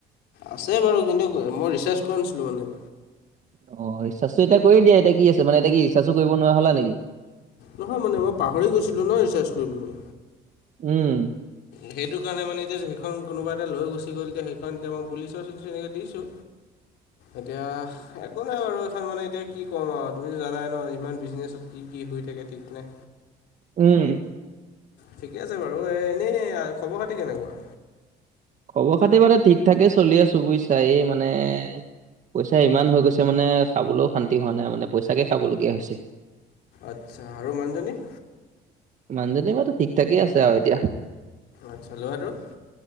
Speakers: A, on the left (about 80°); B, on the right (about 45°).
A: আছে বাৰু কিন্তু মই ৰিচাৰ্জ কৰা নাছিলোঁ মানে।
B: অ', ৰিচাৰ্জটো এতিয়া কৰি দিয়া এতিয়া কি আছে মানে এতিয়া কি ৰিচাৰ্ছো কৰিব নোৱাৰ হলা নেকি?
A: নহয় মানে মই পাহৰি গৈছিলোঁ ন ৰিচাৰ্জ কৰিবলৈ।
B: উম।
A: সেইটো কাৰণে মানে এতিয়া সেইখন কোনোবা এটা লৈ গুচি গ'ল এতি সেইখন এতিয়া মই পুলিচৰ ওচৰত এনেকে দিছো।
B: <inaudible>
A: এতিয়া।, একো নাই বাৰু এইখন মানে এতিয়া কি ক'ম আও তুমিতো জানাই ন, ইমান বিজনেছত কি কি হৈ থাকে ঠিক নাই।
B: উম।
A: ঠিকে আছে বাৰু এ এনেই খবৰ খাতি কেনেকুৱা?
B: খবৰ খাতি বাৰু এ ঠিক ঠাকে চলি আছোঁ বুইচা এই মানে। পইচা ইমান হৈ গৈছে মানে খাবলৈও শান্তি হোৱা নাই মানে পইচাকে খাবলগীয়া হৈছে।
A: আচ্ছা আৰু মানুজনী?
B: মানুহজনী <unintelligible> ঠিক ঠাকেই আছে আৰু এতিয়া।
A: আচ্ছা লৰাটো?